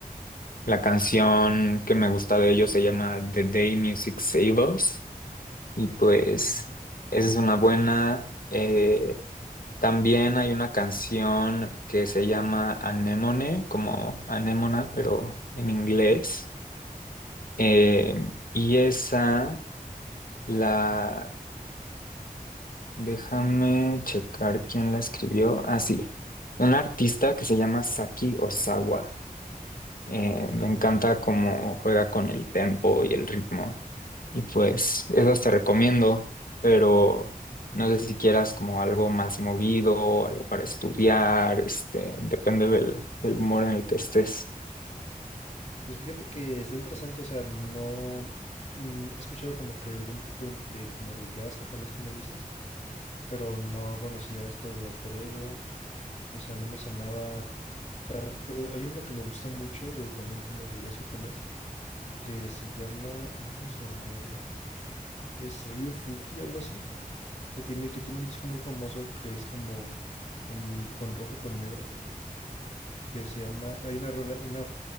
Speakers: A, on the left; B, on the left.
A: la canción que me gusta de ellos se llama The Day Music Save Us y pues
B: mm,
A: esa es una buena. eh, también hay una canción que se llama Anemone, como anémona, pero en inglés. Eh, y esa la, déjame checar quién la escribió. Ah, sí, un artista que se llama Saki Osawa. Eh,
B: ok.
A: me encanta cómo juega con el tempo y el ritmo. Y pues esas te recomiendo, pero no sé si quieras como algo más movido, algo para estudiar, este, depende del, del humor en el que estés.
B: Pues fíjate que está interesante, o sea, no mm, he escuchado como que algún tipo de, de como de jazz japonés, como dices, pero no conocía esta de Alter Ego, o sea, no me sonaba tanto. Hay uno que me gusta mucho de también como de jazz japonés. que se llama, ay, ¿cómo se llamaba? Es Ryufuki, algo así, que tiene, que tiene un disco muy famoso que es como en- con rojo con negro, que se llama, hay una rola, una